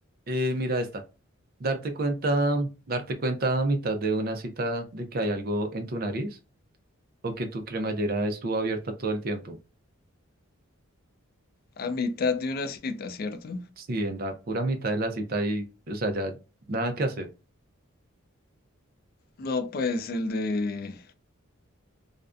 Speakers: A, on the right (about 45°); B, on the left (about 45°).
A: Eh, mira esta. Darte cuenta, darte cuenta a mitad de una cita de que hay algo en tu nariz o que tu cremallera estuvo abierta todo el tiempo.
B: A mitad de una cita, ¿cierto?
A: Sí, en la pura mitad de la cita y, o sea, ya nada que hacer,
B: No, pues el de...